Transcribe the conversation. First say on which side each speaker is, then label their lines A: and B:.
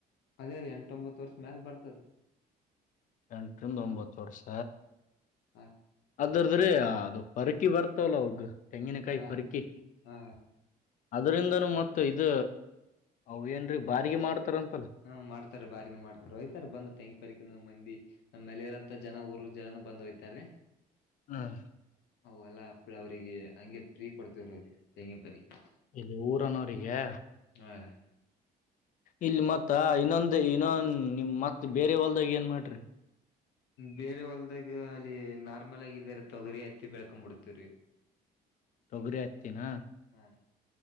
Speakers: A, on the left; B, on the left.
A: ಅದೇ ರೀ ಎಂಟೊಂಬತ್ತು ವರ್ಷ ಮ್ಯಾಲ ಬರ್ತಾದ.
B: ಎಂಟರಿಂದ ಒಂಬತ್ತು ವರ್ಷ
A: ಹ್ಮ್. ಹಾ
B: ಅದರದ್ರೀ ಅದು ಪರಕಿ ಬರ್ತವಲ್ಲ ಅದು ತೆಂಗಿನಕಾಯಿ
A: ಹಾ
B: ಪರಿಕಿ.
A: ಹಾ
B: ಅದರಿಂದನೂ ಮತ್ತ ಇದ ಅವ ಏನ್ರೀ ಬಾರಿಗೆ ಮಾಡ್ತಾರಂತಲ್ಲ.
A: ಹಾ, ಮಾಡ್ತಾರಿ ಬಾರಿಗಿನ ಮಾಡ್ತಾರೆ. ಹೋಯ್ತಾರೆ ಬಂದು ತೆಂಗಿನ ಪರಿಕಿನು ಮಂದಿ. ನಮ್ಮಲ್ಲಿರೋಂತ ಜನ ಊರು ಜನ ಬಂದ ಒಯ್ತಾರಿ.
B: ಹ್ಮ <inaudible>
A: ಹ <unintelligible> ಎಲ್ಲ ಅವ್ರಿಗೆ ಹಂಗೆ ಫ್ರೀ ಕೊಡ್ತೇವ್ರ ಅವ್ರಿಗೆ ತೆಂಗಿನ ಪರಿಕಿ.
B: ಇಲ್ಲಿ ಊರನೋರಿಗ್ಯಾ
A: ಹಾ, ರೀ
B: ಇಲ್ಲಿ ಮತ್ತ ಇನ್ನೊಂದ ಇನ್ನೊಂದ ನಿಮ್ ಮತ್ ಬೇರೆ ಹೊಲ್ದಾಗ ಏನ್ ಮಾಡ್ರಿ
A: ಬೇರೆ ಹೊಲ್ದಾಗ ಅಲ್ಲಿ ನಾರ್ಮಲ್ ಆಗಿದೆರಿ ತೊಗರಿ ಹತ್ತಿ ಬೆಳ್ಕೊಂ ಬಿಡ್ತೇವ್ರೀ.
B: ತೊಗರಿ, ಹತ್ತಿನಾ
A: ಹಾ <inaudible>